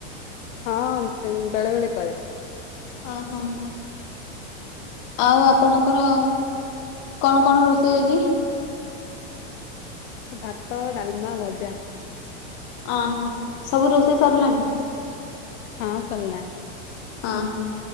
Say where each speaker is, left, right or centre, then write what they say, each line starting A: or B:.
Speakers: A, on the left; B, on the left.
A: ହଁ ସେ ବେଳେବେଳେ କରେ।
B: ଓ ହୋ। ଆଉ ଆପଣଙ୍କର କଣ କଣ ରୋଷେଇ ଆଜି? <inaudible>
A: ଭାତ ଡାଲମା ଭଜା।
B: ଅହୋ ସବୁ ରୋଷେଇ ସରିଲାଣି?
A: ହଁ ସରିଲା।
B: ଅ ହୋ।